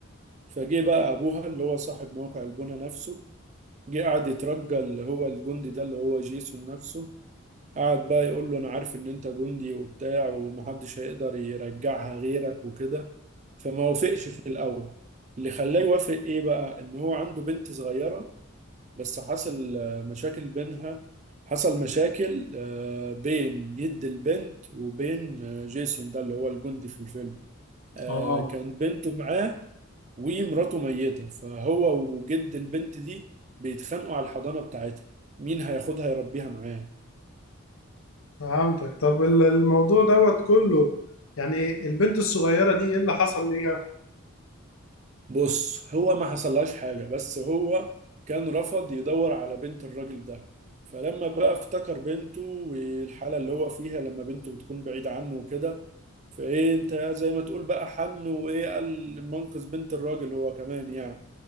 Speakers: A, on the right; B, on the left.
A: فجه بقى أبوها اللي هو صاحب موقع البنا نفسه جه قعد يترجى اللي هو الجندي ده اللي هو جيسون نفسه قعد بقى يقول له أنا عارف إن أنت جندي وبتاع ومحدش هيقدر يرجعها غيرك وكده فما وافقش في الأول اللي خلاه يوافق إيه بقى إن هو عنده بنت صغيرة بس حصل آه، مشاكل بينها حصل مشاكل آه، بين جد البنت وبين آه، جيسون ده اللي هو الجندي في الفيلم آه،
B: اه
A: كان بنته معاه ومراته ميتة فهو وجد البنت دي بيتخانقوا على الحضانة بتاعتها مين هياخدها يربيها معاه
B: فهمتك طب ال- الموضوع دوت كله يعني البنت الصغيرة دي ايه اللي حصل ليها
A: بص هو ما حصلهاش حاجة بس هو كان رفض يدور على بنت الراجل ده فلما بقى افتكر بنته والحالة اللي هو فيها لما بنته بتكون بعيدة عنه وكده فايه انت زي ما تقول بقى حن وايه قال منقذ بنت الراجل هو كمان يعني